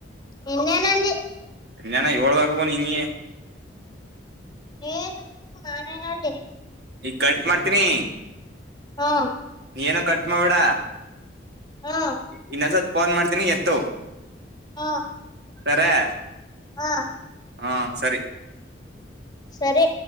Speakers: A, on the left; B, on the right.
A: ಇನ್ನೇನಂದಿ.
B: ಇನ್ನೇನ ಹೇಳ್ಬೇಕುವ ನೀನೇ.
A: ನೀನು <unintelligible> ನಾನೇನ್ ಹೇಳಿ
B: ಈಗ ಕಟ್ಟ್ ಮಾಡ್ತೀನಿ.
A: ಹಾ,
B: ನೀನು ಕಟ್ ಮಾಡ್ಬೇಡ.
A: ಹಾ
B: ಇನ್ನೊಂದ ಸಲ ಫೋನ್ ಮಾಡ್ತೀನಿ ಎತ್ತು.
A: ಹಾ,
B: ಸರೇ
A: ಹಾ
B: ಹಾ ಸರಿ,
A: ಸರಿ.